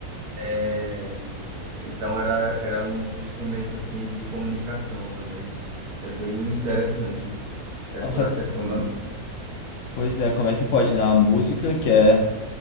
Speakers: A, on the right; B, on the left.
A: É isso. Então era, era um instrumento assim de comunicação também. É bem interessante essa
B: Nossa,
A: questão da.
B: pois é, como é que pode, né? A música que é,